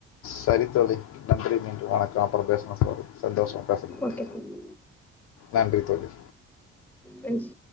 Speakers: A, on the left; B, in the centre.
A: சரி தோழி நன்றி மீண்டு அப்றோ பேசல தோழி சந்தோசோ பேஸ்னதுக்கு
B: ஓகே தோழா
A: நன்றி தோழி
B: நன்றி